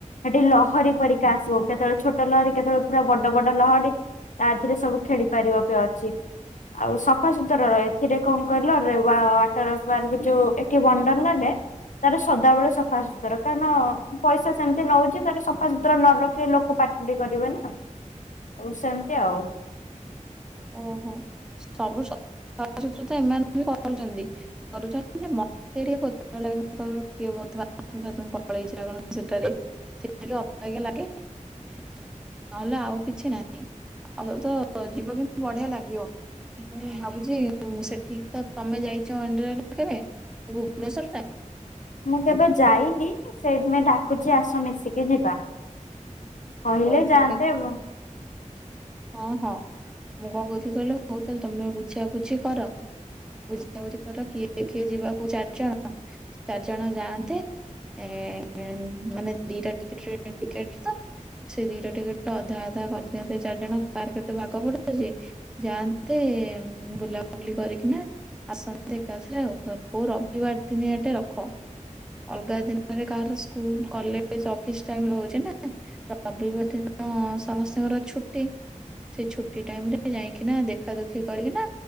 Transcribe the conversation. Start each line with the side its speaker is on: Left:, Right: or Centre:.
Left: ସେଠି ଲହରୀ ପରିକା ଆସିବ କେତେବେଳେ ଛୋଟ ଲହରୀ କେତେବେଳେ ପୁରା ବଡ ବଡ ଲହରୀ। ତା ଥିରେ ସବୁ ଖେଳି ପାରିବ ପି ଅଛି। ଆଉ ସଫାସତୁର ର ଏଥିରେ କଣ କହିଲ ରେ ୱାଟର ପାର୍କ ଯୋଉ ଏଠି ୱଣ୍ଡର୍ଲା ରେ। ତାର ସଦାବେଳେ ସଫାସୁତର କାରଣ ପଇସା ସେମିତି ନଉଛି ତାଟା ସଫାସତୁରା ନ ରଖେଇ ଲୋକ ପାଟି। ଡି ପାରିବେ ନା। ହଉ ସେମିତି ଆଉ।
Centre: ଓହୋ ସବୁୁ ସ ତ ସଫାସୁତରା ଏମାନେ ବି କରୁଛନ୍ତି କରୁଛନ୍ତି ଯେ ମ୍। ମତେ ଟିକେ କୋତରା ଲାଗେ କିଏ ବାଥରୁମ୍, ପାଥରୁମ ପଳେଇଛି ନା କଣ ସେଠାରେ। ସେଟା ଅବାଗିଆ ଲାଗେ। ନହେଲେ ଆଉ କିଛି ନାହିଁ ଆଉ ତ ଯିବ କିନ୍ତୁ ବଢିଆ ଲାଗିବ। ମୁଁ ଭାବୁଛି ସେଠିକି ତ ତମେ ଯାଇଛ ଅନଡ୍ରେଲ କେବେ। ସେ ଭୁବନେଶ୍ୱର ଟା।
Left: ମୁଁ କେବେ ଯାଇନି ସେଥିପାଇଁ ଡାକୁଚି ଆସ ମିଶିକି ଯିବା। କହିଲେ
Centre: ହଉ
Left: ଯାଆନ୍ତେ
Centre: ମୁ ଟିକେ। ହଁ ହଁ ମୁଁ କଣ କହୁଥିଲି କହିଲ ହଉ ତାହେଲେ ତମେ ବୁଝା ବୁଝି କର। ବୁଝାବୁଝି କର କିଏ କିଏ ଯିବାକୁ ଚାରି ଜଣ ଚାରି ଜଣ ଯାଆନ୍ତେ। ଏ ମାନେ ଦିଟା ଟିକେଟ ଟ୍ରେନ ଟିକେଟ ତ। ସେ ଦିଟା ଟିକେଟ ତ ଅଧା ଅଧା କରିଦିଅନ୍ତେ ଚାରି ଜଣ କାହାର କେତେ ଭାଗ ପଡୁଛି। ଯାଆନ୍ତେ ବୁଲାବୁଲି କରିକିନା। ଆସନ୍ତି ଏକାଥରେ ଆଉ କୋଉ ରବିବାର ଦିନିଆ ଟେ ରଖ। ଅଲଗା ଦିନରେ କାହାର ସ୍କୁଲ, କଲେଜ, ଅଫିସ ଟାଇମ ରହୁଛି ନା ରବିବାର ଦିନ। ହଁ ସମସ୍ତିଙ୍କର ଛୁଟି ସେ ଛୁଟି ଟାଇମି ରେ ଯାଇକିନା ଦେଖା ଦୁଃଖୀ କରିକିନା।